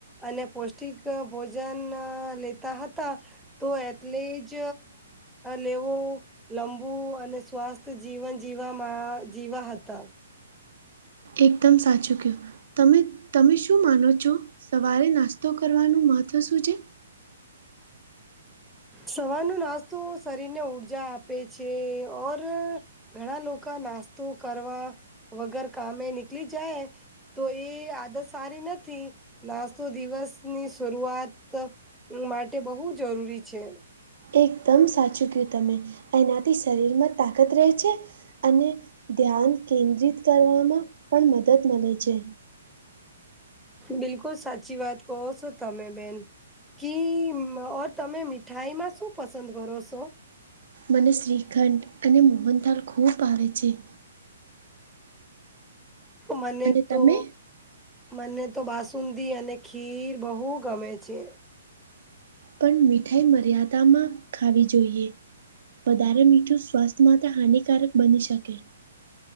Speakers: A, in the centre; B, on the right.
A: અને પૌષ્ટિક ભોજન લેતા હતા. તો એટલે જ લેવો લંબુ અને સ્વાસ્થ જીવન જીવામાં જીવા હતા.
B: એકદમ સાચુ કયુ તમે તમે શું માનો છો સવારે નાસ્તો કરવાનું મહત્ત્વ શું છે.
A: સવાર નો નાસ્તો શરીર ને ઊર્જા આપે છે, ઓર ઘણા લોકો નાસ્તો કરવા વગર કામે નીકળી જાય. તો એ આદત સારી નથી નાસ્તો દિવસ ની શરૂઆત માટે બહુ જરૂરી છે.
B: એકદમ સાચુ કયુ તમે એનાથી શરીરમાં તાકત રહે છે. અને ધ્યાન કેન્દ્રિત કરવામાં પણ મદદ મળે છે.
A: બિલકુલ સાચી વાત કહો છો તમે બેન કી ઓર તમે મીઠાઈમાં શું પસંદ કરો છો.
B: મને શ્રીખંડ અને મોહનથલ ખૂબ ભાવે છે.
A: મને
B: અને
A: તો
B: તમે?
A: મને તો બાસુંદી અને ખીર બહુ ગમે છે.
B: પણ મીઠાઈ મર્યાદામાં ખાવી જોઈએ. વધારે મીઠું સ્વાસ્થ્ય માટે હાનિકારક બની શકે